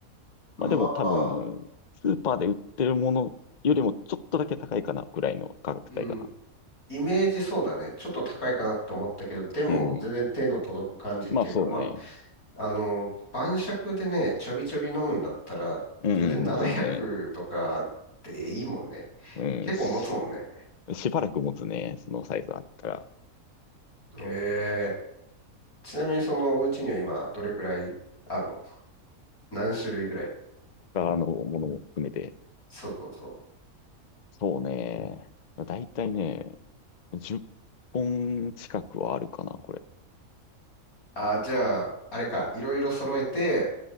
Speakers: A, on the left; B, on the left.
A: まあ、
B: まあでも多分、スーパーで売ってるものよりもちょっとだけ高いかな、ぐらいの価格帯かな。
A: うん。イメージそうだね。ちょっと高いかなって思ったけど、でも全然手の届く感じっていうか、
B: うん。まあそうね。
A: まあ、あの、晩酌でね、ちょびちょび飲むんだったら、
B: うん、
A: 全然700とかでいいもんね。
B: うん全然。うん、
A: 結構持つもんね。
B: し、しばらく持つね、そのサイズあったら。
A: ええ
B: いや、
A: ちなみにそのお家には今どれくらいあるの何種類ぐらい
B: 他のものも含めて。
A: そうそうそ
B: そうね。だいたいね、10本近くはあるかな、これ。
A: う。ああ、じゃあ、あれか、いろいろ揃えて、